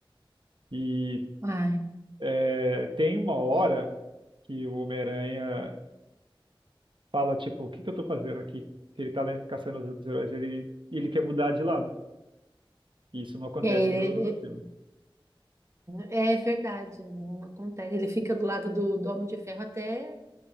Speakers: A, on the right (about 60°); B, on the right (about 30°).
A: E
B: Ai.
A: é, tem uma hora que o Homem-Aranha fala, tipo, o que que eu tô fazendo aqui? Que ele tá, né, caçando os outros heróis, ele, ele quer mudar de lado. E isso não acontece
B: É,
A: no, no filme.
B: É verdade, não acontece. Ele fica do lado do, do Homem de Ferro até,